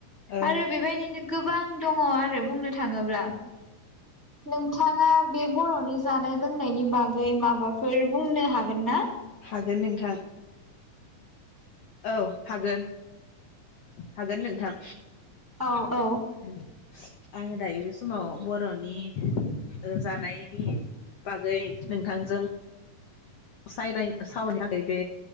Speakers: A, on the left; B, in the centre.
A: औ
B: आरो बेबायदिनो गोबां दङ आरो बुंनो थाङोब्ला। नोंथाङा बे बर'नि जानाय-लोंनायनि बागै माबाफोर बुंनो हागोन ना?
A: हागोन नोंथां। औ हागोन हागोन नोंथां?
B: औ औ
A: उम आङो दायो बे समाव बर'नि ओ जानायनि बागै नोंथांजों सायराय सावरायनि बे